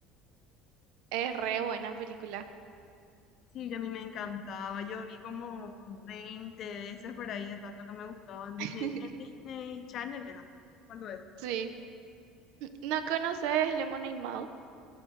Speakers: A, on the right (about 70°); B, on the left (about 50°).
A: Es re buena película.
B: Sí, y a mí me encantaba, yo vi como 20 veces por ahí, de tanto que me gustaba en Disney,
A: <laughs>
B: en Disney Channel era, cuando es,
A: Sí. ¿No conoces Lemonade Mouth?